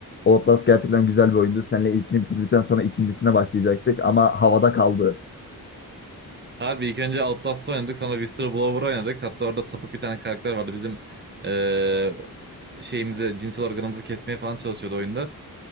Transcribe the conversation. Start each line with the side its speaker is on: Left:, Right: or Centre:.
Left: Outlast gerçekten güzel bir oyundu. Seninle ilkini bitirdikten sonra ikincisine başlayacaktık ama havada kaldı.
Right: Harbi ilk önce Outlast'ı oynadık sonra Whistler Blower oynadık. Hatta orada sapık bir tane karakter vardı. Bizim e, şeyimizi, cinsel organımızı kesmeye falan çalışıyordu oyunda.